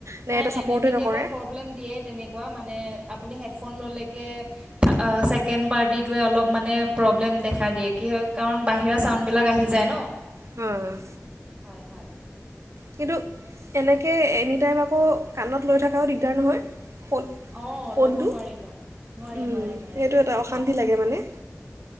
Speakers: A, on the right; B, on the right.
A: নে
B: নাই-নাই-নাই,
A: এইটো ছাপৰ্টেই
B: কেতিয়াবা
A: নকৰে
B: প্ৰব্লেম দিয়ে তেনেকুৱা মানে আপুনি হেডফোন ল'লেকে ছেকেণ্ড পাৰ্টিটোৱে অলপ মানে প্ৰব্লেম দেখা দিয়ে কি হয় কাৰণ বাহিৰা চাউণ্ডবিলাক আহি যায় ন?
A: হয়-হয়
B: হয়-হয় <unintelligible>
A: কিন্তু এনেকৈ এনি টাইম আকৌ কাণত লৈ থকাও দিগদাৰ নহয়। ফোন-ফোনটো?
B: অঁ ল'ব নোৱাৰি ল নোৱাৰি
A: উম
B: নোৱাৰি নোৱাৰি
A: সেইটো এটা অশান্তি
B: আপ
A: লাগে মানে